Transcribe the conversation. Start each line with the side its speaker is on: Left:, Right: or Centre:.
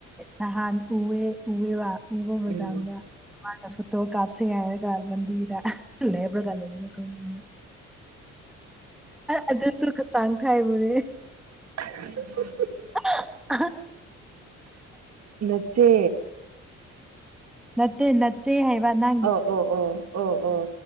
Centre: ꯅꯍꯥꯟ ꯎꯋꯦ ꯎꯋꯦꯕ ꯎꯕ ꯃꯇꯝꯗ
Right: ꯎꯝ
Centre: ꯃꯥꯅ ꯐꯣꯇꯣ ꯀꯥꯞꯁꯦ ꯍꯥꯏꯔꯒ ꯂꯝꯕꯤꯗ ꯂꯦꯕ ꯔꯒ ꯂꯩꯕꯗꯣ ꯑꯩꯈꯣꯏꯅꯦ ꯑꯗꯨꯁꯨ ꯈꯆꯥꯡ ꯊꯥꯏꯕꯨꯅꯦ
Right: <unintelligible>
Centre: <unintelligible>
Right: ꯅꯆꯦ
Centre: ꯅ ꯇ ꯅꯆꯦ ꯍꯥꯏꯕ ꯅ
Right: ꯑꯣ ꯑꯣ ꯑꯣ ꯑꯣ ꯑꯣ